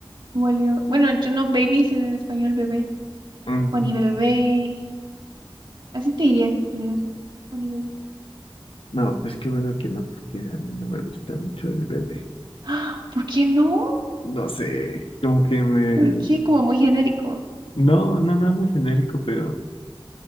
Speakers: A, on the right (about 60°); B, on the left (about 80°).
A: Igual yo, bueno, yo no baby, sino en español bebé.
B: Ujú.
A: Juani bebé. Así te diría si estuvieras aquí. Juani bebé.
B: No, pues qué bueno que no, porque a mí no me gusta mucho el bebé.
A: Ah, ¿por qué no?
B: No sé, como que me...
A: ¿Por qué? Como muy genérico.
B: No, no, no, muy genérico, pero...